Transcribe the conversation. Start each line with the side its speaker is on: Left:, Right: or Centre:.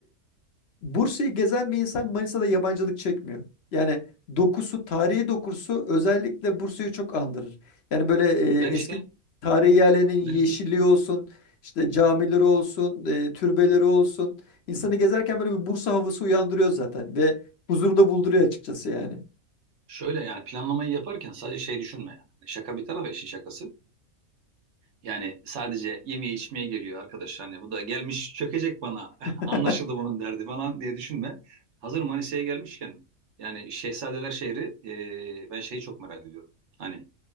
Left: Bursa'yı gezen bir insan Manisa'da yabancılık çekmiyor. Yani dokusu, tarihi dokusu özellikle Bursa'yı çok andırır. Yani böyle e,
Right: Ben
Left: eski
Right: işte
Left: tarihi yerlerinin
Right: ben
Left: yeşilliği
Right: işte şey
Left: olsun, işte camileri olsun, e, türbeleri olsun. İnsanı gezerken böyle bir Bursa havası uyandırıyor zaten ve huzuru da bulduruyor açıkçası yani.
Right: şöyle yani planlamayı yaparken sadece şey düşünme yani. Hani Şaka bir tarafa işin şakası. Yani sadece yemeye içmeye geliyor arkadaş hani bu da gelmiş çökecek bana <laughs>
Left: <laughs>
Right: anlaşıldı bunun derdi falan diye düşünme. Hazır Manisa'ya gelmişken yani Şehzadeler şehri e, ben şeyi çok merak ediyorum. Hani